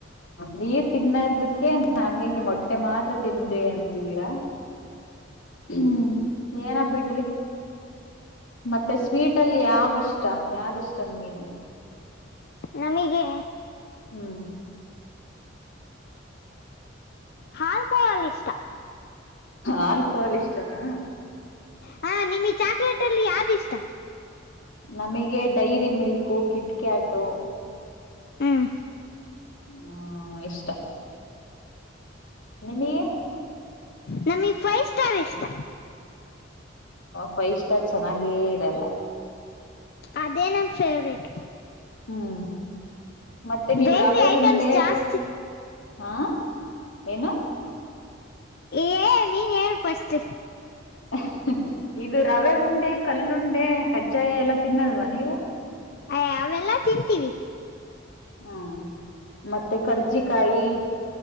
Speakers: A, on the left; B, on the left.
A: ನೀರ್ ತಿನ್ನದಕ್ಕೆ ನಾ ಅಮ್ಮಿಗೆ ಮೊಟ್ಟೆ ಮಾತ್ರ ತಿದಿ ಅಂತಿದೀರಾ ಹ್ಮ್ ಏನ ಬಿಡ್ರಿ ಮತ್ತೆ ಸ್ವೀಟ ಅಲ್ಲಿ ಯಾವ ಇಷ್ಟ ಯಾವ್ದ ಇಷ್ಟ ನಿಮಗೆ
B: ನಮಗೆ
A: ಹ್ಮ್
B: ಹಾಲ್ಕೋಲ್ಲಿ ಇಷ್ಟ
A: ಆಲ್ಕೋಹಾಲ್ ಇಷ್ಟನಾ
B: ಹ ನಿಮಗ್ ಚಾಕ್ಲೇಟ ಅಲ್ಲಿ ಯಾವ್ದಿಷ್ಟ
A: ನಮಗೆ ಡೈರಿ ಮಿಲ್ಕು ಕಿಟ್ಕ್ಯಾಟು
B: ಹ್ಮ್
A: ಹ್ಮ ಇಷ್ಟ ನಿಮಗೆ
B: ನಮಗ್ ಫೈವ್ ಸ್ಟಾರ್ ಇಷ್ಟ
A: ಫೈವ ಸ್ಟಾರ್ ಚೆನ್ನಾಗೇ ಇರಲ್ಲ
B: ಅದೇ ನಮ್ಮ ಫೇವ್ರೇಟ್
A: ಹ್ಮ ಮತ್ತೆ ನೀವ್
B: ಬೇಕ್ರಿ
A: ರವೆ
B: ಐಟಮ್ಸ್
A: ಉಂಡೆ
B: ಜಾಸ್ತಿ
A: ಹಾ ಏನು <inaudible> <unintelligible>
B: ಏ ನೀನ್ ಹೇಳ್ ಫಸ್ಟ್
A: ಹ ಇದು ರವೆ ಉಂಡೆ ಕಲ್ಲುಂಡೆ ಕಜ್ಜಾಯ ಎಲ್ಲಾ ತಿನ್ನಲ್ವಾ ನೀವು
B: ಅಯ್ ಅವೆಲ್ಲಾ ತಿಂತೀವಿ
A: ಹ್ಮ ಮತ್ತೆ ಕರ್ಜಿಕಾಯಿ